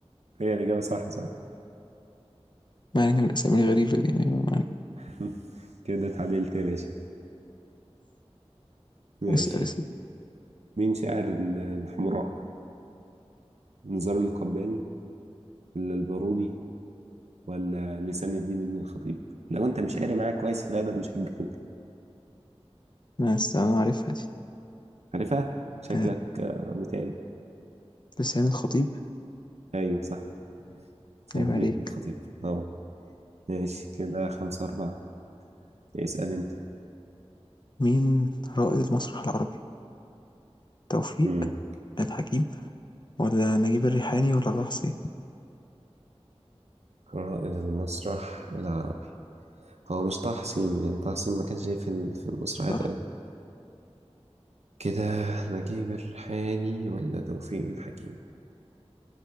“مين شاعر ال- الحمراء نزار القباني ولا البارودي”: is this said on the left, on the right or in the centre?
Right